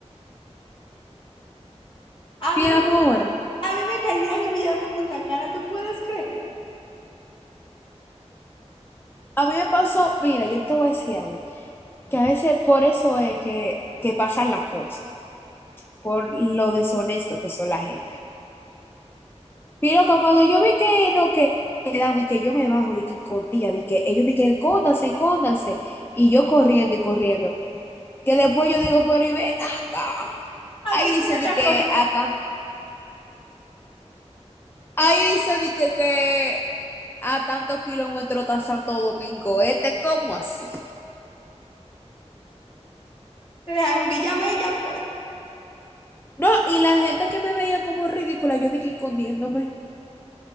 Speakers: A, on the left (about 50°); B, on the left (about 20°).
A: A
B: mi
A: mí
B: amor.
A: me A mí me engañan y me llevan para Punta Cana, ¿tú puedes creer?
B: A mí me pasó, mira, yo te voy a decir algo, que a veces por eso es que, que pasan las cosas, por lo deshonesto que son la gente. Mira que cuando yo vi que no que- quedamos y que yo me bajo de que con tía, de que ellos de que escóndanse, escóndanse, y yo corriendo y corriendo, que después yo digo, pero y ven acá.
A: Aquí
B: Ahí
A: es
B: dice
A: una
B: de
A: otra
B: que
A: cosa.
B: acá Ahí dice di que, que a tantos kilómetros está Santo Domingo Este, ¿cómo así?
A: Te dejan en Villamella, ya fue.
B: No, y la gente que me veía como ridícula, yo dije escondiéndome.